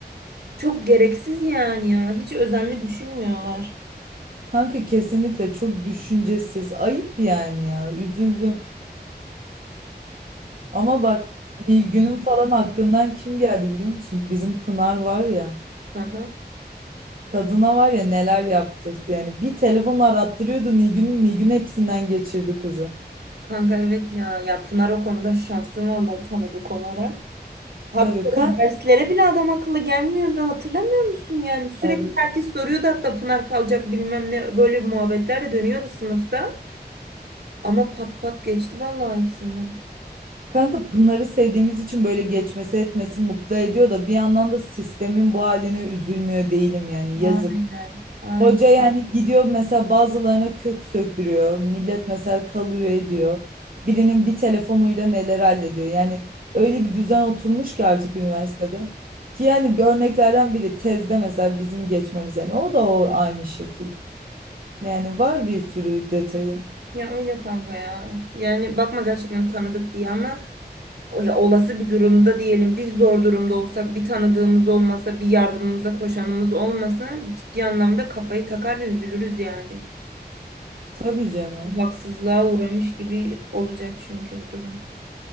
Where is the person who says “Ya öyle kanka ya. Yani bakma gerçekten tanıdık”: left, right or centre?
Right